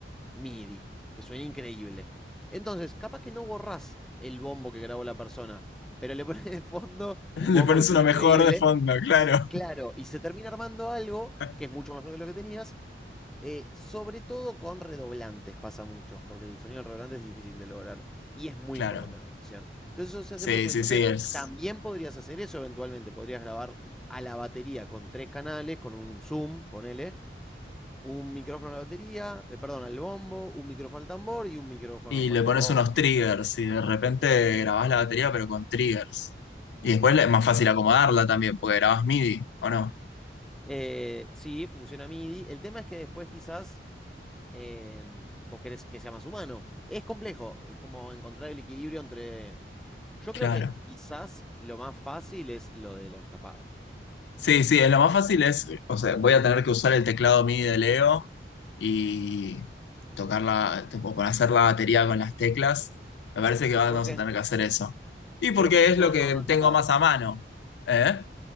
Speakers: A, in the centre; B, on the left.
A: MIDI, que suena increíble. Entonces, capaz que no borrás el bombo que grabó la persona, pero le pones de fondo
B: <laughs>
A: un bombo
B: Le pones
A: que suena
B: uno
A: increíble
B: mejor de fondo, claro.
A: y claro, y se termina armando algo
B: <laughs>
A: que es mucho mejor que lo que tenías, eh, sobre todo con redoblantes pasa mucho, porque el sonido del redoblante es difícil de lograr y es muy
B: Claro.
A: importante en la actuación. Entonces eso se
B: Sí,
A: hace mucho.
B: sí,
A: Entonces
B: sí, es.
A: también podrías hacer eso eventualmente, podrías grabar a la batería con tres canales, con un zoom, ponele, un micrófono a la batería, eh, perdón, al bombo, un micrófono al tambor y un micrófono
B: Y
A: más
B: le
A: tipo
B: pones
A: overheads.
B: unos triggers y de repente grabás la batería pero con triggers. Y después le- es más fácil acomodarla también, porque grabás MIDI, ¿o no?
A: Eh, sí, funciona MIDI. El tema es que después quizás eh, vos querés que sea más humano. Es complejo, es como encontrar el equilibrio entre... Yo
B: Claro.
A: creo que quizás lo más fácil es lo del octapado.
B: Sí, sí, es lo más fácil es, o sea, voy a tener que usar el teclado MIDI de Leo y tocarla, tipo, para hacer la batería con las teclas. Me parece que vamos
A: ¿Por qué?
B: a tener que hacer eso. Y porque
A: Pero ¿por qué
B: es
A: no,
B: lo que
A: no, no octapado?
B: tengo más a mano, ¿eh?